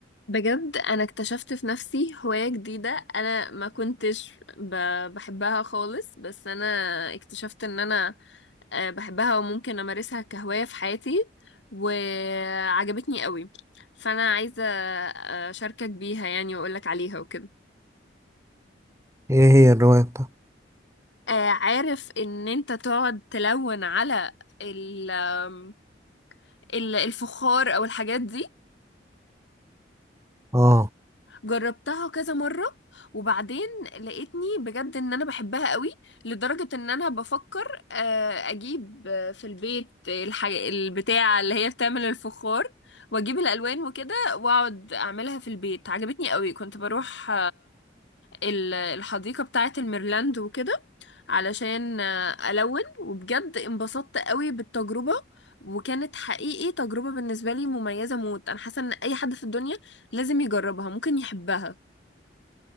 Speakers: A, on the left; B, on the right.
A: بجد انا اكتشفت في نفسي هواية جديدة انا ما كنتش ب... بحبها خالص بس انا اكتشفت ان انا آه، بحبها وممكن امارسها كهواية في حياتي وعجبتني قوي فانا عايزة آه، اشاركك بيها يعني واقولك عليها وكده
B: ايه هي الرواية بتاعتك
A: آه، عارف ان انت تقعد تلون على ال... آم، ال- الفخار او الحاجات دي
B: اه
A: جربتها كذا مرة وبعدين لقيتني بجد ان انا بحبها قوي لدرجة ان انا بفكر آه، اجيب آه، في البيت الح... البتاع اللي هي بتعمل الفخار واجيب الالوان وكده واقعد اعملها في البيت عجبتني قوي كنت بروح ال- الحديقة بتاعة الميرلاند وكده علشان آه، ألون وبجد انبسطت قوي بالتجربة وكانت حقيقي تجربة بالنسبة لي مميزة موت أنا حاسة إن أي حد في الدنيا لازم يجربها ممكن يحبها